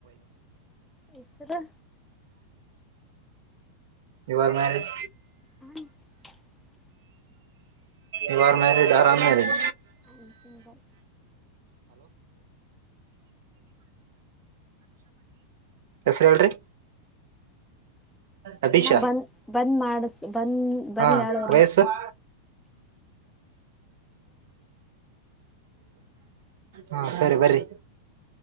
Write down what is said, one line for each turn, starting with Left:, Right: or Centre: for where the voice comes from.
Centre: ಹೆಸರು
Right: ಯು ಆರ್ ಮ್ಯಾರಡ್
Centre: ಹ
Right: ಈವಾರ ಮ್ಯಾರಡ್ ಆರಾಮ ಮ್ಯರೆಜ
Centre: ಐ ಆಮ್ ಸಿಂಗಲ್
Right: ಹೆಸರ ಹೇಳರಿ ಅಭಿಷಾ
Centre: ಅಣ್ಣ ಬಂದ್ ಬಂದ್ ಮಾಡಿಸ್ ಬಂದ್ ಬರ್ಲಿ
Right: ಹಾ
Centre: ಆಳೋರು
Right: ವಯಸ್ಸು <inaudible> ಹಾ ಸರಿ ಬರಿ